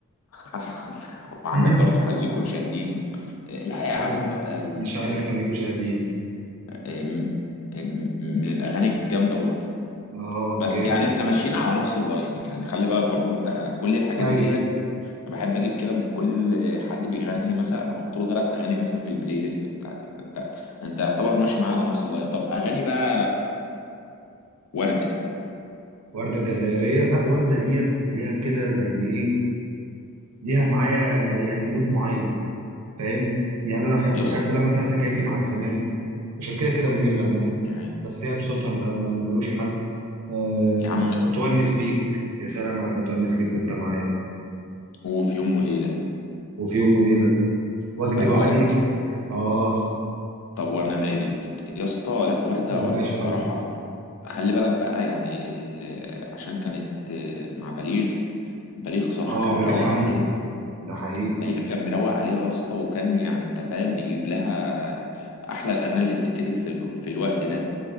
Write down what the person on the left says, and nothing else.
<laughs> حصل وعندك
برضه خليكوا شاهدين آه، لا يا عم
بقى ال-
آه، م- م- من الاغاني الجامده برضه
بس
يعني احنا ماشيين على نفس اللاين يعني خلي بالك برضه انت أنا كل الحاجات
ديت انا بحب اجيب كده من كل حد بيغني مثلا احط له ثلاث اغاني مثلا في البلاي ليست بتاعتي فانت انت يعتبر ماشي معاه على نفس اللاين طب اغاني بقى ورده
يا
اسطى
يعني
يا عم
وفي يوم وليله
وبهواك
طب وانا مالي يا اسطى لا ورده
ورده الصراحه
خلي بالك بقى يعني ال... عشان كانت آه، مع بليغ بليغ صراحة
كان
مروق
عليه
بليغ كان مروق عليها يا اسطى وكان يعني انت فاهم بيجيب لها احلى الاغاني اللي بتتكتب في, ال... في الوقت ده